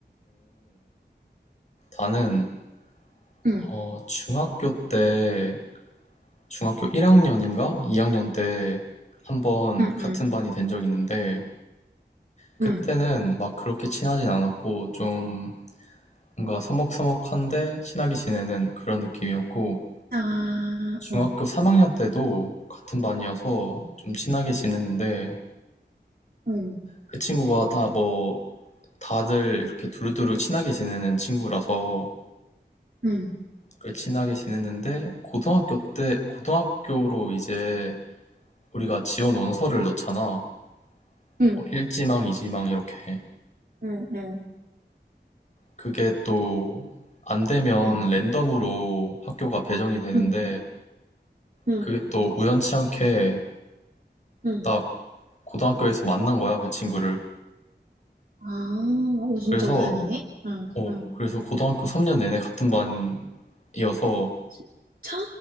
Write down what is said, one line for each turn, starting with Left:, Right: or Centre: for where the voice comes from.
Left: 나는,
Right: 응,
Left: 어, 중학교 때, 중학교 1학년인가? 2학년 때, 한번
Right: 응,
Left: 같은
Right: 응,
Left: 반이 된 적이 있는데, 그때는
Right: 응.
Left: 막 그렇게 친하진 않았고, 좀, 뭔가 서먹서먹한데 친하게 지내는 그런 느낌이었고
Right: 아,
Left: 중학교
Right: 어.
Left: 3학년 때도 같은 반이어서
Right: 응,
Left: 좀 친하게 지냈는데
Right: 응,
Left: 그 친구가 다 뭐 다들 이렇게 두루두루 친하게 지내는 친구라서
Right: 응,
Left: 그 친하게 지냈는데 고등학교 때 고등학교로 이제 우리가 지원 원서를 넣잖아
Right: 응,
Left: 뭐 1지망, 2지망 이렇게
Right: 응, 응,
Left: 그게 또 안 되면
Right: 응,
Left: 랜덤으로 학교가 배정이 되는데
Right: 응, 응,
Left: 그게 또 우연치 않게
Right: 응.
Left: 나 고등학교에서 만난 거야, 그 친구를.
Right: 아, 오, 진짜
Left: 그래서,
Right: 우연이네? 응,
Left: 어,
Right: 응.
Left: 그래서 고등학교 3년 내내 같은 반이어서,
Right: 진짜?